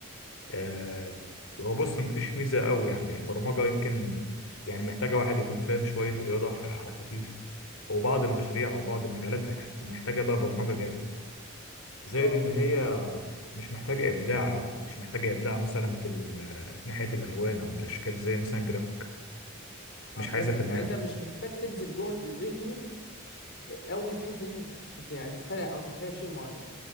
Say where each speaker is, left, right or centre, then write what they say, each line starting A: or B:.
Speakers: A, on the left (about 75°); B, on the left (about 55°).
A: آه هو بص مفيش ميزة أوي يعني البرمجة يمكن يعني محتاجة واحد يكون فاهم شوية رياضة على خفيف وبعض المشاريع وبعض المجالات محتاج- محتاجة بقى برمجة جامد زائد
B: اه
A: إن هي مش محتاجة إبداع أوي مش محتاجة إبداع مثلا في ال- آه، ناحية الألوان أو الأشكال زي مثلا جرافيك
B: اه
A: مش
B: فهمتك
A: عايزة فنان
B: يعني انت مش محتاج تبذل جهد ذهني قوي في حته ان انت تت- تت- يعني تخترع او تتخيل شيء معين